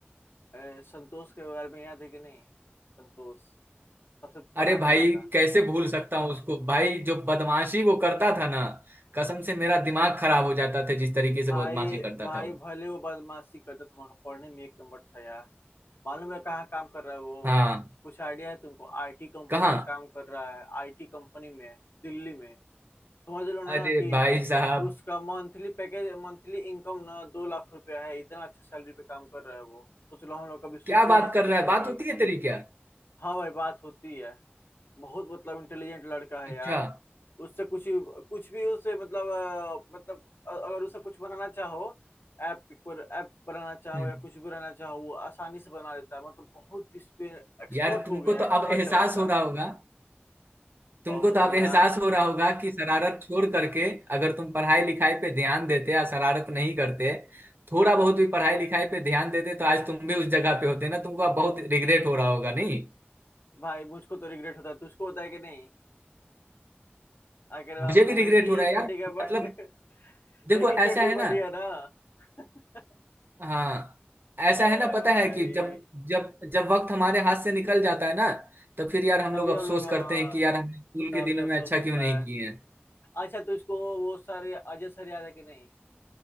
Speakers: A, on the left; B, on the right.
A: ए, संतोष के बारे में याद है कि नहीं संतोष सबसे पढ़ाकू
B: अरे भाई
A: लड़का
B: कैसे भूल सकता हूँ उसको भाई जो बदमाशी वो करता था ना कसम से मेरा दिमाग खराब हो जाता था जिस तरीके से
A: भाई
B: बदमाशी करता
A: भाई
B: था वो
A: भले वो बदमाशी करता था मगर पढ़ने में एक नंबर था यार मालूम है कहाँ काम कर रहा है वो
B: हाँ
A: कुछ आइडिया है तुमको आईटी कंपनी
B: कहाँ
A: में काम कर रहा है आईटी कंपनी में दिल्ली में समझ लो ना
B: अरे
A: कि
B: भाई साहब
A: उसका मंथली पैकेज मंथली इनकम ना दो लाख रुपया है इतना अच्छा सैलरी पे काम कर रहा है वो सोच लो हम लोग कभी सोच
B: क्या
A: भी
B: बात
A: नहीं सकते
B: कर रहा
A: थे
B: है बात
A: कि
B: होती है तेरी क्या
A: हाँ भाई बात होती है बहुत मतलब इंटेलिजेंट लड़का है
B: अच्छा
A: यार उससे कुछ कुछ भी उसे मतलब अ, मतलब अ- अगर उसे कुछ बनाना चाहो ऐप को ऐप बनाना चाहो
B: हम्म
A: या कुछ भी बनाना चाहो वो आसानी से बना देता है मतलब बहुत इस पे एक्सपर्ट
B: यार तुमको
A: हो गया है
B: तो
A: एक्सपर्ट
B: अब एहसास
A: लेवल
B: हो
A: का
B: रहा होगा तुमको
A: बहुत
B: तो अब
A: यार
B: एहसास हो रहा होगा कि शरारत छोड़ करके अगर तुम पढ़ाई लिखाई पे ध्यान देते या शरारत नहीं करते थोड़ा बहुत भी पढ़ाई लिखाई पे ध्यान देते तो आज तुम भी उस जगह पे होते ना तुमको अब बहुत रिग्रेट हो रहा होगा नहीं
A: भाई मुझको तो रिग्रेट होता है तुझको होता है कि नहीं आखिर हम
B: मुझे भी
A: दोनों
B: रिग्रेट
A: एक ही
B: हो रहा है
A: चड्डी
B: यार
A: का
B: मतलब
A: बट <laughs> एक
B: देखो
A: ही चड्डी
B: ऐसा है ना
A: बड़ी है ना <laughs>
B: हाँ ऐसा
A: ओए
B: है ना पता
A: भाई
B: है कि जब जब जब वक्त हमारे हाथ से निकल जाता है ना तो फिर यार हम
A: तभी
B: लोग अफसोस
A: हम लोग को
B: करते
A: हाँ
B: हैं कि यार हमने स्कूल
A: तभी
B: के दिनों
A: अफसोस
B: में अच्छा
A: होता
B: क्यों नहीं
A: है
B: किए हैं
A: अच्छा तुझको वो सर अजय सर याद है कि नहीं